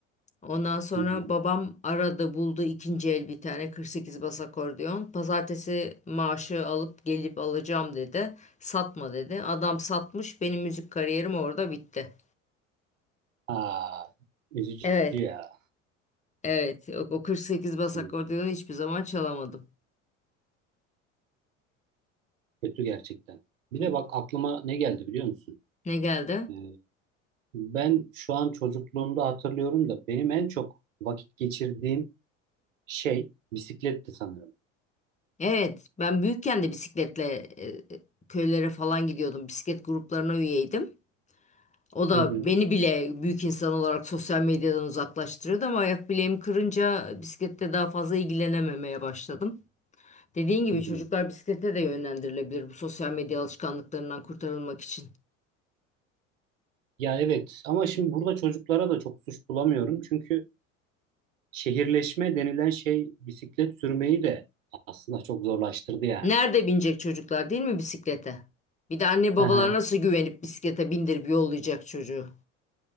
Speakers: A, on the left (about 20°); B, on the right (about 75°).
A: Ondan sonra
B: hı hı.
A: babam aradı buldu ikinci el bir tane 48 bas akordeon. Pazartesi maaşı alıp gelip alacağım dedi. Satma dedi. Adam satmış benim müzik kariyerim orada bitti.
B: Aa, üzücü
A: Evet.
B: ya.
A: Evet o o 48 bas
B: Üzücü.
A: akordeonu hiçbir zaman çalamadım.
B: Kötü gerçekten. Bir
A: N-
B: de bak aklıma ne geldi biliyor musun?
A: Ne geldi?
B: Ee, ben şu an çocukluğumda hatırlıyorum da benim en çok vakit geçirdiğim şey bisikletti sanırım.
A: Evet ben büyükken de bisikletle e, e, köylere falan gidiyordum. Bisiklet gruplarına üyeydim. O da
B: Hı hı,
A: beni bile büyük insan olarak sosyal medyadan uzaklaştırıyordu ama ayak bileğimi kırınca bisiklette daha fazla ilgilenememeye başladım. Dediğin gibi
B: hı hı.
A: çocuklar bisiklete de yönlendirilebilir bu sosyal medya alışkanlıklarından kurtarılmak için.
B: Ya evet ama şimdi burada çocuklara da çok suç bulamıyorum. Çünkü şehirleşme denilen şey bisiklet sürmeyi de aslında çok zorlaştırdı yani.
A: Nerede binecek çocuklar değil mi bisiklete? Bir de anne babalar
B: <laughs>
A: nasıl güvenip bisiklete bindirip yollayacak çocuğu?